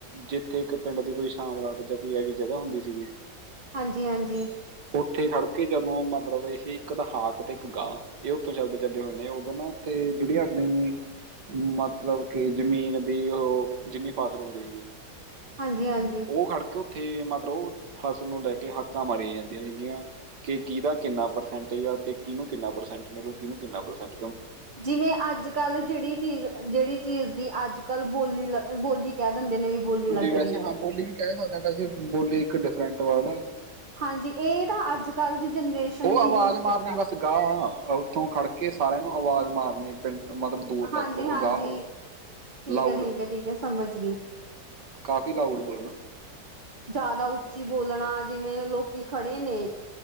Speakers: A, on the right; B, on the right.
A: ਜਿੱਥੇ ਇੱਕ ਪਿੰਡ ਦੀ ਕੋਈ ਸ਼ਾਮਲਾਟ ਜਾਂ ਕੋਈ ਐ ਜ ਜਗ੍ਹਾ ਹੁੰਦੀ ਸੀਗੀ।
B: ਹਾਂਜੀ -ਹਾਂਜੀ
A: ਉਥੇ ਖੜਕੇ ਜਦੋਂ ਮਤਲਬ ਇਹ ਇੱਕ ਹਾਕ ਤੇ ਇੱਕ ਗਾਂ ਇਹ ਉਥੋਂ ਸ਼ਬਦ <unintelligible> ਚਦੇ ਹੋਏ ਨੇ ਉਦੋਂ ਨਾ ਤੇ ਜਿਹੜੀ ਆਪਣੀ ਮਤਲਬ ਕਿ ਜਮੀਨ ਦੀ ਉਹ ਜਿੰਨੀ ਫਸਲ ਹੁੰਦੀ ਹੀਗੀ।
B: ਹਾਂਜੀ ਹਾਂਜੀ
A: ਉਹ ਖੜ ਕੇ ਉੱਥੇ ਮਤਲਬ ਫਸਲ ਨੂੰ ਲੈ ਕੇ ਹੱਕਾਂ ਮਾਰੀ ਜਣ ਸੀਗੀਆਂ ਕਿ ਕੀ ਦਾ ਕਿੰਨਾ ਪ੍ਰਸੈਂਟਜ ਆ ਤੇ ਕਿਹਨੂੰ ਕਿੰਨਾ ਪ੍ਰਸੈਂਟ ਮਿਲੂ ਕਿਹਨੂੰ ਕਿੰਨਾ ਪ੍ਰਸੈਂਟ
B: ਜਿਵੇਂ ਅੱਜ ਕੱਲ੍ਹ ਜਿਹੜੀ ਚੀਜ਼- ਜਿਹੜੀ ਚੀਜ਼ ਦੀ ਅੱਜ ਕੱਲ੍ਹ ਬੋਲੀ-ਬੋਲੀ ਕਹਿ ਦਿੰਦੇ ਨੇ ਵੀ ਬੋਲੀ ਲੱਗ
A: ਵੈਸੇ
B: ਰਹੀ ਏ।
A: ਹਾਂ ਬੋਲੀ ਵੀ ਕਹਿ ਸਕਦੇ ਹਾਂ ਵੈਸੀ ਬੋਲੀ ਇੱਕ ਡਿਫਰੈਂਟ ਵਾ ਨਾ
B: ਹਾਂਜੀ ਇਹ ਤਾਂ ਅੱਜ ਕੱਲ੍ਹ ਦੀ ਜਨਰੇਸ਼ਨ
A: ਉਹ
B: ਨੇ
A: ਆਵਾਜ਼
B: ਯੂਜ ਕੀਤਾ
A: ਮਾਰਨੀ ਬਸ ਗਾਂਹ ਉਥੋਂ ਖੜ ਕੇ ਸਾਰਿਆਂ ਨੂੰ ਆਵਾਜ਼ ਮਾਰਨੀ। ਪਿੰਡ ਮਤਲਬ ਦੂਰ ਤੱਕ
B: ਹਾਂਜੀ ਹਾਂਜੀ
A: ਅਗਾਂਹ ਹੋਵੋ
B: ਠੀਕ
A: ਲਾਊਡ
B: ਹੈ ਠੀਕ ਹੈ ਠੀਕ ਹੈ ਸਮਝ ਗਈ
A: ਕਾਫ਼ੀ ਲਾਊਡ ਬੋਲਣਾ
B: ਜ਼ਿਆਦਾ ਉੱਚੀ ਬੋਲਣਾ ਜਿਵੇਂ ਲੋਕੀ ਖੜੇ ਨੇ।